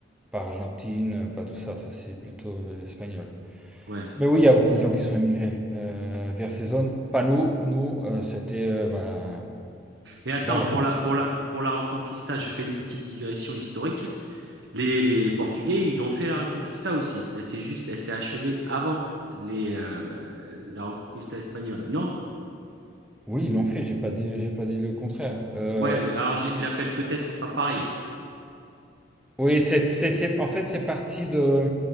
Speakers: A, in the centre; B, on the right.
A: pas Argentine, pas tout ça, ça c'est plutôt euh, espagnol.
B: ouais.
A: Mais oui, il y a beaucoup de gens qui sont émigrés euh, vers ces zones. Pas nous, nous, euh, c'était euh, ben,
B: Mais attends,
A: vers la
B: pour
A: France.
B: la, pour la, pour la Reconquista, je fais une petite digression historique. Les, les Portugais, ils ont fait la Reconquista aussi. Elle s'est juste, elle s'est achevée avant les, euh, la Reconquista espagnole. Non?
A: Oui, ils l'ont fait, j'ai pas dit, j'ai pas dit le contraire. Euh,
B: Ouais, mais alors, je- ils l'appellent peut-être pas pareil.
A: oui, c'est, c'est, c'est- en fait, c'est parti de,